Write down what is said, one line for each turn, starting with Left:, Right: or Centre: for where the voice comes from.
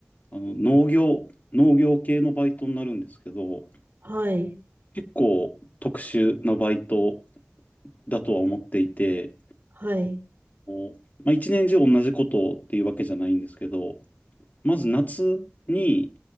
Left: あの農業、農業系のバイトになるんですけど、
Right: はい、
Left: 結構特殊なバイトだとは思っていて、
Right: はい、
Left: こうまあ、一年中同じことっていうわけじゃないんですけど、まず夏に、